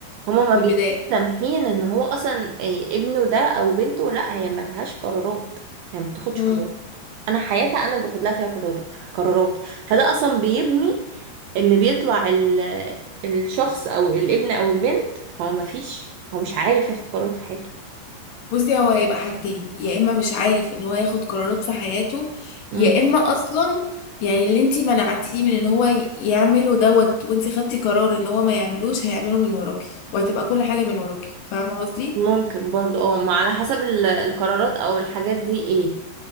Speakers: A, on the right; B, on the left.
A: هما ما
B: من
A: بيبقوش
B: البداية
A: سامحين ان هو اصلا إيه، ابنه ده او بنته لا هي ملهاش قرارات هي ما بتاخدش
B: امم
A: قرارات انا حياتها انا اللي باخد لها فيها قرارات قرارات فده اصلا بيبني ان بيطلع ال- الشخص او الابن او البنت هو ما فيش هو مش عارف ياخد قرار في حياته
B: بصي هو هيبقى حاجتين يا اما مش عارف ان هو ياخد قرارات في حياته
A: مم.
B: يا اما اصلا يعني اللي انتي منعتيه من ان هو ي- يعمله دوت وانتي خدتي قرار ان هو ما يعملوش هيعمله من وراكي وهتبقى كل حاجة من وراكي فاهمة قصدي
A: ممكن برضه اه ما على حسب ال- القرارات او الحاجات دي ايه